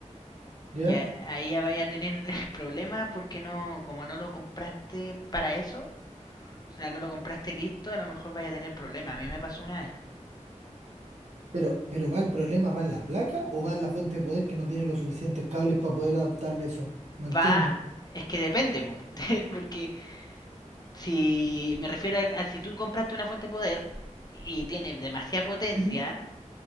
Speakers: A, on the right; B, on the left.
A: ¿Ya?
B: Y a- ahí ya vaya a tener <laughs> problemas porque no, como no lo compraste para eso, o sea, no lo compraste listo, a lo mejor vaya a tener problemas. A mí me pasó una vez.
A: Pero, pero va el problema, ¿va en la placa o va en la fuente de poder que no tiene los suficientes cables para poder adaptarle eso? No entiendo.
B: Va, es que depende, po, <laughs> porque si me refiero a, a si tú compraste una fuente de poder y tiene demasiada potencia
A: ¿Mm?